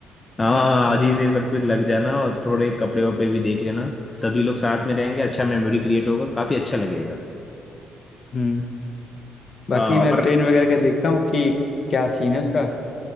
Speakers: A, on the left; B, on the left.
A: हाँ हाँ, हाँ, आज ही से सब कुछ लग जाना और थोड़े कपड़े वपड़े भी देख लेना सभी लोग साथ में रहेंगे
B: हाँ
A: अच्छा मेमोरी क्रिएट होगा काफी अच्छा लगेगा
B: हम्म बाकी
A: हाँ
B: मैं
A: और
B: ट्रेन वगैरह का देखता हूँ कि क्या सीन है उसका